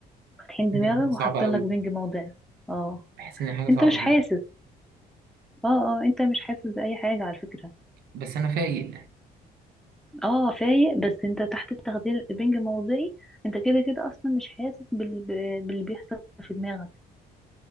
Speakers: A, in the centre; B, on the right.
A: فاتحين دماغك
B: إن هي حاجة صعبة
A: وحاطين
B: أوي
A: لك بنج موضعي اه
B: بحس إن هي حاجة صعبة
A: انت مش
B: أوي
A: حاسس اه اه انت مش حاسس بأي حاجة على فكرة
B: بس أنا فايق
A: اه فايق بس انت تحت التخدير بنج موضعي انت كده كده اصلا مش حاسس بال... باللي بيحصل في دماغك